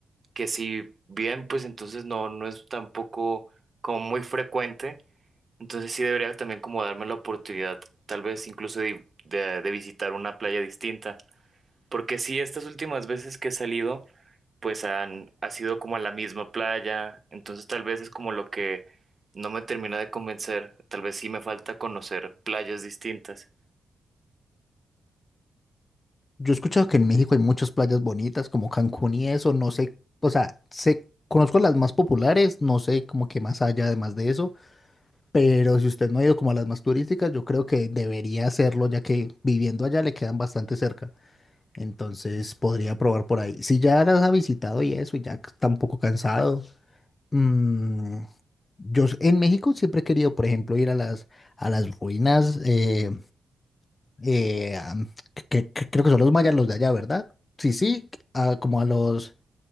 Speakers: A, on the right; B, on the left.
A: que si bien, pues entonces no, no es tampoco como muy frecuente, entonces sí debería también como darme la oportunidad, tal vez incluso de, de, de visitar una playa distinta, porque sí, estas últimas veces que he salido, pues han, ha sido como a la misma playa, entonces tal vez es como lo que no me termina de convencer, tal vez sí me falta conocer playas distintas.
B: Yo he escuchado que en México hay muchas playas bonitas, como Cancún y eso, no sé, o sea, sé, conozco las más populares, no sé como que más allá además de eso, pero si usted no ha ido como a las más turísticas, yo creo que debería hacerlo, ya que viviendo allá le quedan bastante cerca. Entonces podría probar por ahí. Si ya las ha visitado y eso, y ya tampoco cansado. Mm, Yo s- en México siempre he querido, por ejemplo, ir a las, a las ruinas, eh, eh, a- que, que- creo que son los mayas los de allá, ¿verdad? Sí, sí, a- como a los,